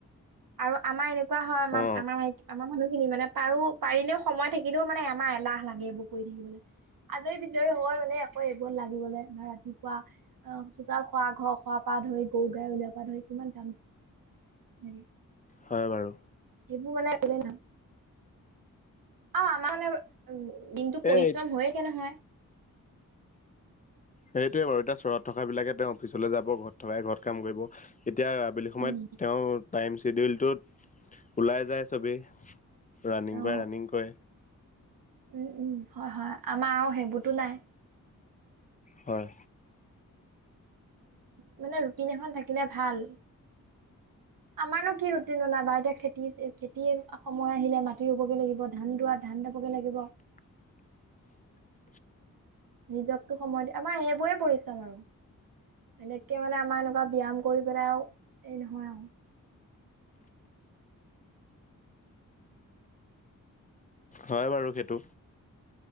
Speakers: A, on the right; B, on the left.
A: আৰু আমাৰ এনেকুৱা হয় আমাৰ
B: অ
A: -আমাৰ -আমাৰ মানুহ। খিনি মানে পাৰো পাৰিলেও সময় থাকিলেও মানে এমাহ এলাহ লাগে এইবোৰ কৰি থাকিবলৈ। আজৰি বিজৰি হয় মানে আকৌ এইবোৰ লাগিবলৈ বা ৰাতিপুৱা অ চোতাল খোৱা ঘৰ খোৱা। পা ধৰি গৰু গাই উলৱা পা ধৰি কিমান কাম‌ থাকে।
B: হয় বাৰু।
A: সেইবোৰ মানেলে ন অ আমাৰ মানে উ দিনতটো পৰিশ্ৰম
B: এই
A: হয়য়েকে নহয়।
B: সেইটোৱে বাৰু এতিয়া চহৰত থকা বিলাকে তেওঁ অফিচলৈ যাব ঘৰত থকাই ঘৰত কাম কৰিব। এতিয়া আবেলি সময়ত
A: উম
B: তেওঁ টাইম চ্বিডিউলটোত ওলাই যায় চবেই। ৰানিং
A: অ
B: কৰে বাই ৰানিং কৰে।
A: উম উম হয় হয় আমাৰ আৰু সেইবোৰতো নাই।
B: হয়।
A: মানে ৰুটিন এখন থাকিলে ভাল। আমাৰ নো কি ৰুটিন বনাবা, এতিয়া খেতি খেতি সময় আহিলে মাটি ৰুবগে লাগিব ধান দুৱা ধান <unintelligible> লাগিব।
B: <inaudible>
A: নিজকটো সময়ত আমাৰ সেইবোৰে পৰিচম আৰু। এনেককে মানে আমাৰ এনেকুৱা ব্যায়াম কৰি পেলাই আৰু এই নহয় আৰু।
B: হয় বাৰু সেইটো।